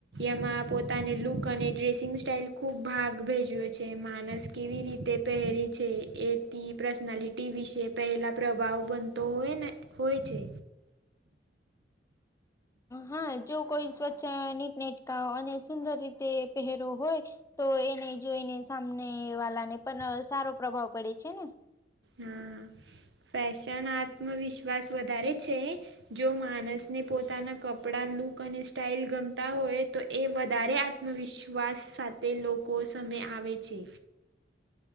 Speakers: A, on the right; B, on the left.
A: એમાં પોતાને લુક અને ડ્રેસિંગ સ્ટાઇલ ખૂબ ભાગ ભેજવે છે, માણસ કેવી રીતે પહેરી છે એ. તે પર્સનાલિટી વિશે પહેલાં પ્રભાવ બનતો હોય ને, હોય છે.
B: હા, જો કોઈ સ્વચ્છ નીટનેટકા, અને સુંદર રીતે પહેરો હોય. તો એને જોઈને, સામને વાલા ને, પણ સારો પ્રભાવ પડે છે ને.
A: હા, ફેશન આત્મવિશ્વાસ વધારે છે. જો માણસને પોતાના કપડા લુક અને સ્ટાઇલ ગમતા હોય તો. એ વધારે આત્મવિશ્વાસ સાથે લોકો સામે આવે છે.